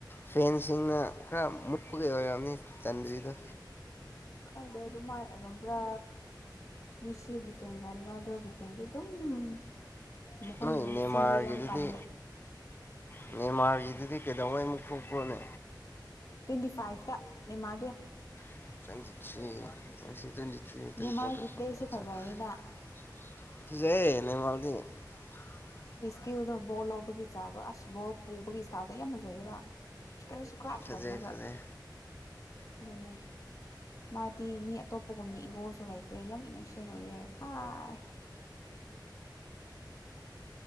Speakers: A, on the left; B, on the left.
A: ꯐꯦꯟꯁꯤꯡꯅ ꯈ ꯃꯛꯄ ꯀ ꯑꯅꯤ ꯆꯟꯗꯔꯤꯗ
B: ꯈꯪꯗꯦ ꯑꯗꯨ ꯃꯥꯏ ꯑꯣꯏꯔꯝꯕ꯭ꯔꯥ ꯃꯤꯁꯤꯒꯤ ꯐꯦꯡꯒꯗ ꯉꯥꯗꯣꯒꯤ ꯐꯦꯡꯗꯤ ꯑꯗꯨꯝ ꯃꯈꯣꯏꯒ
A: ꯅꯣꯏ ꯅꯦꯃꯥꯔꯒꯤꯗꯨꯗꯤ
B: ꯃꯆꯤꯟꯗꯨ ꯌꯥꯝ ꯀꯜꯂꯦ
A: ꯎ ꯅꯦꯃꯥꯔꯒꯤ ꯑꯗꯨꯗꯤ ꯀꯩꯗꯧꯉꯩ ꯑꯃꯨꯛ ꯊꯣꯛꯈ꯭ꯔꯣꯅꯦ
B: ꯇ꯭ꯋꯦꯟꯇꯤ ꯐꯥꯏꯚꯇ ꯃꯥ
A: ꯭ꯋꯋꯗꯤ
B: ꯅꯦꯃꯥꯔꯒꯤ ꯄ꯭ꯂꯦꯁꯨ ꯐꯖꯩꯌꯦꯅ ꯀꯅ ꯣꯜ ꯂꯣꯕꯒꯤ ꯏꯁꯇꯥꯎꯗꯣ ꯑꯁꯕꯣ ꯄꯨꯕꯒꯤ ꯏꯁꯇꯥꯥꯎꯜꯗꯣ ꯌꯥꯝ ꯐꯖꯩꯌꯦꯕ ꯆ ꯀꯅ ꯁꯤꯣ
A: ꯐꯖꯩ
B: ꯇꯧꯔꯒ
A: ꯐꯖꯩ
B: ꯑꯗꯨꯅꯦ ꯃꯥꯗꯤ ꯃꯤ ꯑꯇꯣꯞꯄꯒꯨꯝꯅ ꯏꯉꯣꯑꯁꯨ ꯂꯩꯇꯦ ꯌꯥꯝ ꯏꯅꯨꯁꯅꯨꯌꯦ ꯍꯥꯏ